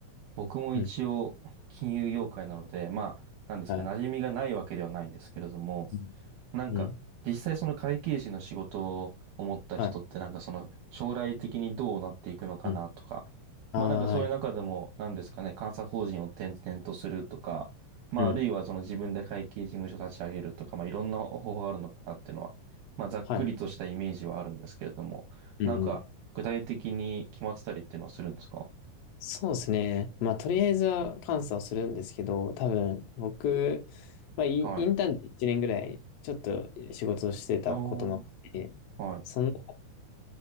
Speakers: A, on the right (about 75°); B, on the left (about 80°).
A: 僕も一応金融業界なので、
B: うん。
A: まあ、なんですか、
B: はい。
A: 馴染みがないわけではないんですけれども、
B: うん。
A: なんか、
B: うん
A: 実際その会計士の仕事を思った人って、
B: はい。
A: なんかその将来的にどうなっていくのかなとか、
B: うん。ああ、
A: まあなんかそういう中でも、
B: はい。
A: なんですかね、監査法人を転々とするとか、まああるいはその自分で会計事務所立ち上げるとか、
B: うん。
A: まあいろんな方法があるのかなっていうのは、まあざっくりとしたイメージはあるんですけれども、
B: はい。うん、
A: なんか具体的に決まってたりっていうのはするんですか
B: うん。そうですね。まあ、とりあえずは監査をするんですけど、多分、僕、まあ、イインターンで1年ぐらい、
A: はい。
B: ちょっと仕事をしてたこともあって、
A: おーはい。
B: その